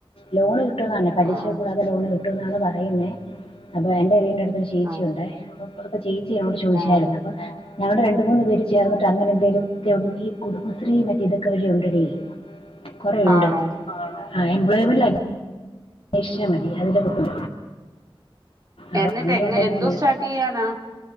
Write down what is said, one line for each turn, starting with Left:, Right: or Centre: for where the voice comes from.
Left: ലോണ് കിട്ടുന്നതാണ് പലിശ
Right: ആഹ്
Left: കൂടാതെ ലോണ് കിട്ട ട്ടുന്നാണ് പറയുന്നേ. അപ്പൊ എന്റെ വീടിൻ്റെടു ത്ത ചേച്ചി
Right: ആഹ്
Left: ഉണ്ടേ അപ്പ്റത്ത ചേച്ചിയോട് ചോദിച്ചായിരുന്നു
Right: ആഹ്
Left: അപ്പൊ ഞങ്ങള് രണ്ടും മൂന്ന് പേര് ചേർന്ന്ട്ട് അങ്ങനെന്തേലും ഗെവൺ ഈ കുടുംബശ്രീ മറ്റേ ഇതൊക്കേ വഴിണ്ട് <unintelligible> കൊറേ ഉണ്ട്
Right: ആണോ
Left: ആ എംപ്ലോയ്യ്മെന്റില അന്വേഷിച്ച മതി അതില് കിട്ടും അപ്പൊ
Right: എന്നിട്ട്
Left: അങ്ങനെ
Right: എങ്ങ
Left: എന്തെങ്കിലും
Right: എന്തോ
Left: ചെയ്യ
Right: സ്റ്റാർട്ട് ചെയ്യാനാ